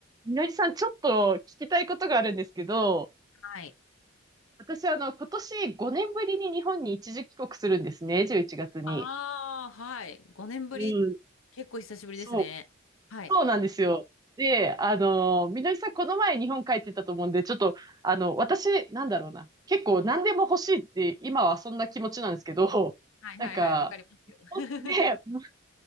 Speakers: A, on the right; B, on the left.
A: みのりさん、ちょっと聞きたいことがあるんですけど、
B: はい。
A: 私、あの、今年5年ぶりに日本に一時帰国するんですね、11月に。
B: ああ、はい。5年ぶり、
A: うん、
B: 結構久しぶりですね。
A: そう。
B: はい。
A: そうなんですよ。で、あの、みのりさん、この前日本帰ってたと思うんで、ちょっと、あの、私、なんだろうな。結構何でも欲しいって、今はそんな気持ちなんですけど、
B: はいはいはい、
A: なんか、
B: わかりますよ。<laughs>
A: ね、持っ